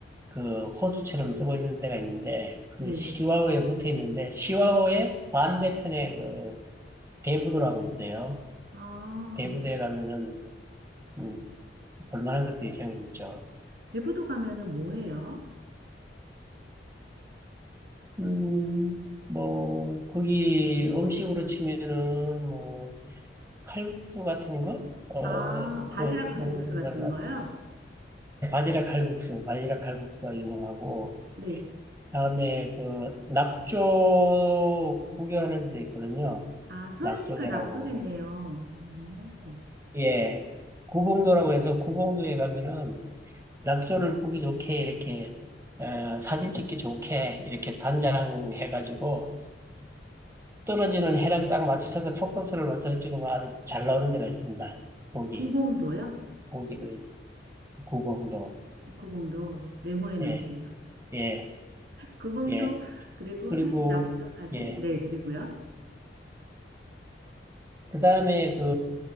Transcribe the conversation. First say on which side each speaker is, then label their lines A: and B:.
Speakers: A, on the right; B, on the right.
A: 그 호수처럼 쓰고 있는 데가 있는데 그
B: 네.
A: 시화호에 붙어 있는데 시화호의 반대편에 그 대부도라고 있어요.
B: 아,
A: 대부도에 가면은 음, 볼만한 것들이 제법 있죠.
B: 대부도 가면은 뭐 해요?
A: 음 뭐 거기 음식으로 치면은 뭐 칼국수 같은 거? 어,
B: 아, 바지락
A: 그,
B: 칼국수
A: 뭐, 뭐,
B: 같은
A: 이거
B: 거요?
A: 바지락 칼국수, 바지락 칼국수가 유명하고,
B: 네.
A: 다음에 그, 낙조 구경하는 데 있거든요.
B: 아, 서해니까
A: 낙조대라고.
B: 낙조겠네요. 어.
A: 예. 구봉도라고 해서 구봉도에 가면은 낙조를 보기 좋게 이렇게, 어, 사진 찍기 좋게 이렇게 단장해가지고 떨어지는 해랑 딱 맞춰서 포커스를 맞춰서 찍으면 아주 잘 나오는 데가 있습니다. 고기,
B: 구봉도요?
A: 고기도 있고, 구봉도.
B: 구봉도 메모해 놓을게요.
A: 예. 예,
B: 구봉도
A: 예.
B: 그리고
A: 그리고,
B: 사진 낙조 사진
A: 예.
B: 네 그리고요.
A: 그 다음에 그,